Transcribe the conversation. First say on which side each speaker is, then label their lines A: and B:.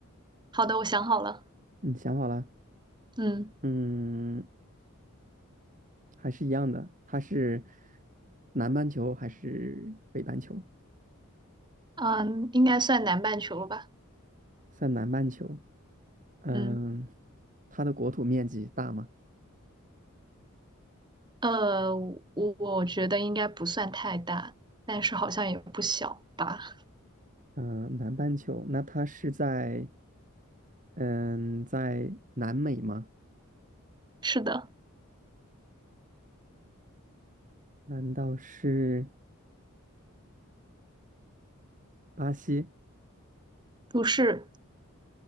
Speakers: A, on the right (about 20°); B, on the right (about 35°).
A: 好的，我想好了，
B: 你想好了？
A: 嗯
B: 嗯，还是一样的，它是南半球还是北半球？
A: 嗯，应该算南半球了吧？
B: 在南半球，嗯，
A: 嗯，
B: 它的国土面积大吗？
A: 呃，我我觉得应该不算太大，但是好像也不小吧？
B: 嗯，南半球，那它是在嗯在南美吗？
A: 是的，
B: 难道是巴西？
A: 不是，